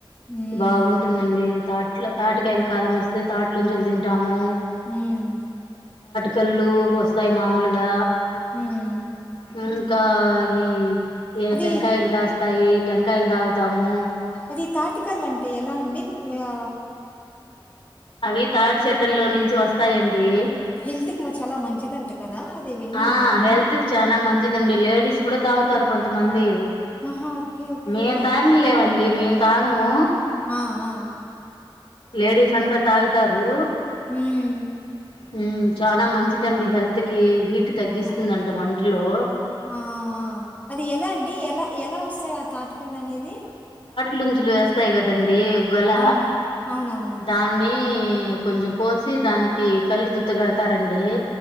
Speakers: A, on the left; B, on the left.
A: అవునా?
B: బాగుంటుందండి తాట్ల తాటికాయల కాాలం వస్తె తాటిముంజలు తింటాము
A: హుమ్మ్
B: కళ్ళు వస్తాయి మామూలుగా
A: హుమ్మ్
B: ఇంకా ఈ
A: అది
B: టెంకాయలు కాస్తాయి టెంకాయలు తాగుతాము
A: అది తాటికల్లు అంటే ఎలా అండి ఆ
B: అవి తాటి చెట్ల్లో నుంచి వస్తాయండి
A: హెల్త్కి మా చాలా మంచిదంట కదా అది విన్నాను
B: ఆ
A: నేను
B: హెల్త్ కి చాలా మంచిదండి లేడీస్ కూడా తాగుతారు కొంత మంది
A: ఆహా! ఓకే. ఓకే.
B: మేం తాగం లేవండి మేము తాగము
A: ఆ! ఆ!
B: లేడీస్ అంతా తాగుతారు
A: ఉమ్
B: హ్మ్మ్ చాలా మంచిదండి హెల్త్ కి హీట్ తగ్గిస్తుందంట
A: ఆ!
B: ఒంటిలో
A: ఆ అది ఎలా అండి ఎలా ఎలా వస్తాయి ఆ తాటికల్లు అనేది
B: ముంజలు వేస్తాయి కదండి గొల
A: అవును. అవునవును.
B: దాన్ని కొంచం కోసి దానికి కల్లు దుత్త గడతారండి